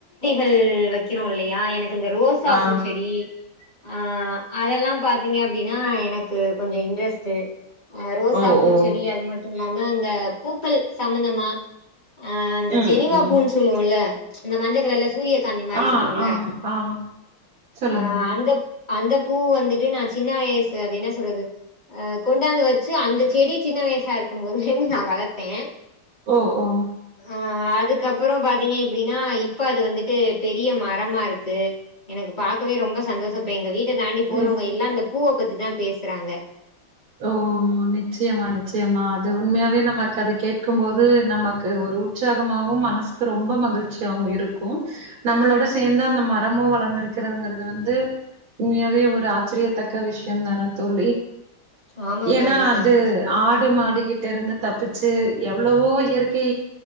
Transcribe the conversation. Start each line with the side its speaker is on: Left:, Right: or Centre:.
Left: து வக்கிறோம் இல்லயா எனக் இந்த ரோசா
Right: ஆ
Left: பூச்செடி ஆ அதெல்லா பாத்தீங்க அப்டின்னா எனக்கு கொஞ்சோ இன்ட்ரெஸ்ட் ஆ ரோசா
Right: ஓ
Left: பூச்செடி
Right: ஓ
Left: அதுமட் இல்லாம இந்த பூக்கள் சம்பந்தமா அ
Right: ம்
Left: ஜெனிவா
Right: ம்
Left: பூன்னு சொல்லுவோல இந்த மஞ்சக்கலர்ல சூரியகாந்தி மாரி
Right: ஆ
Left: இருக்கும்ல
Right: ஆ ஆ சொல்லுங்க
Left: ஆஹ் அந்த அந்த பூ வந்துட்டு நான் சின்ன வயசு அது என்ன சொல்றது அஹ் கொண்டாந்து வச்சு அந்த செடி சின்ன வயசா இருக்கும் போது இருந்த நான் வளத்தேன்
Right: ஓ ஓ
Left: ஹ அதுக்கப்புறம் பாத்தீங்க எப்படின்னா இப்ப அது வந்துட்டு பெரிய மரமா இருக்கு எனக்கு பாக்கவே ரொம்ப சந்தோஷம் இப்ப எங்க வீட்ட தாண்டி போறவங்க
Right: நி
Left: எல்லா அந்த பூவ பத்தி தா பேசுறாங்க
Right: ஓ நிச்சயமா நிச்சயமா அது உண்மையாவே நமக்கு அது கேட்கும் போது நமக்கு ஒரு உற்சாகமாகவும் மனசுக்கு ரொம்ப மகிழ்ச்சியாவும் இருக்கும் நம்மளோட சேர்ந்து அந்த மரமும் வளர்ந்திருக்கிறதுங்கிறது வந்து உண்மையாவே ஒரு ஆச்சரியத்தக்க விஷயம் தானே தோழி
Left: ஆமாம்
Right: ஏன்னா
Left: தோழி.
Right: அது
Left: சரிதான்.
Right: ஆடு மாடிக்கிட்ட இருந்து தப்புச் ச்சு எவ்வளவோ இயற்கை